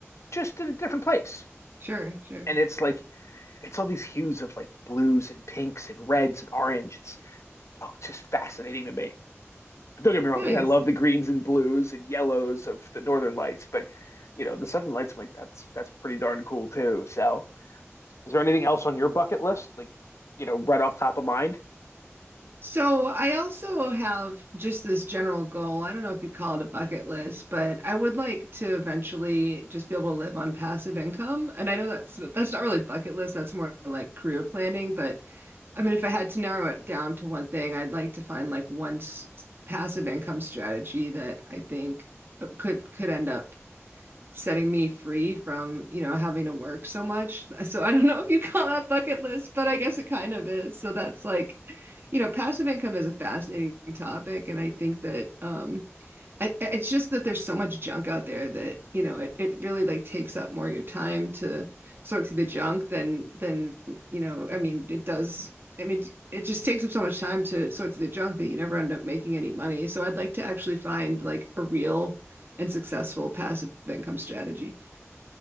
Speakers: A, on the left; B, on the right.
A: just in a different place.
B: Sure, sure.
A: And it's like it's all these hues of like blues and pinks and reds and orange. It's oh, it's just fascinating to me. But don't get me wrong,
B: Nice.
A: like I love the greens and blues and yellows of the northern lights, but you know, the southern lights, I'm like that's that's pretty darn cool too. So is there anything else on your bucket list? Like, you know, right off top of mind?
B: So I also have just this general goal. I don't know if you call it a bucket list, but I would like to eventually just be able to live on passive income. And I know that's that's not really bucket list, that's more like career planning, but I mean if I had to narrow it down to one thing, I'd like to find like one s- passive income strategy that I think uh, could could end up setting me free from, you know, having to work so much. <laughs> So I don't know if you call that bucket list, but I guess it kind of is. So that's like, you know, passive income is a fascinating topic. And I think that um I, it's just that there's so much junk out there that, you know, it, it really like takes up more of your time to sort through the junk than than, you know, I mean, it does I mean, it just takes up so much time to sort through the junk that you never end up making any money. So I'd like to actually find like a real and successful passive income strategy.